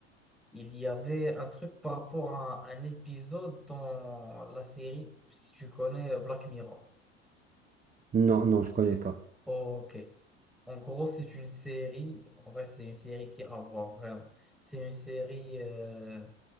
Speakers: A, in the centre; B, on the right.
A: il y avait un truc par rapport à un, épisode dans la série, si tu connais Black Mirror.
B: Non, non, je connais pas.
A: Ok. En gros, c'est une série, en vrai, c'est une série qui a à voir vraiment. C'est une série. euh,